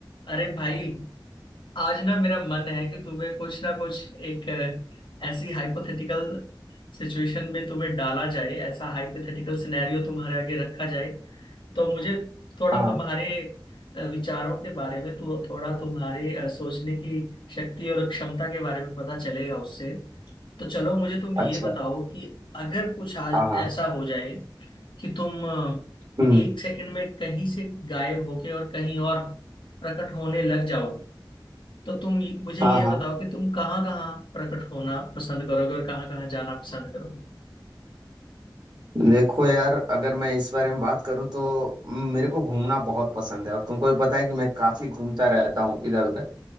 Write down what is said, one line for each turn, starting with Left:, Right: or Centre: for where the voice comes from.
Left: अरे भाई आज ना मेरा मन है कि तुम्हें कुछ ना कुछ एक अ, ऐसी हाइपोथेटिकल सिचुएशन में तुम्हें डाला जाए ऐसा हाइपोथेटिकल सिनेरियो तुम्हारे आगे रखा जाए तो मुझे थोड़ा
Right: हाँ
Left: तुम्हारे अ, विचारों के बारे में तो थोड़ा तुम्हारे अ, सोचने की शक्ति और क्षमता के बारे में पता चलेगा उससे तो चलो मुझे तुम ये
Right: अच्छा
Left: बताओ कि अगर कुछ आज
Right: हाँ हाँ
Left: ऐसा हो जाए कि तुम अ,
Right: हम्म
Left: एक सेकंड में कहीं से गायब होके और कहीं और प्रकट होने लग जाओ तो तुम ये- मुझे
Right: हाँ
Left: ये
Right: हाँ
Left: बताओ कि तुम कहाँ कहाँ प्रकट होना पसंद करोगे और कहाँ कहाँ जाना पसंद करोगे
Right: देखो यार अगर मैं इस बारे में बात करूँ तो मेरे को घूमना बहुत पसंद है और तुमको भी पता है कि मैं काफी घूमता रहता हूँ इधर उधर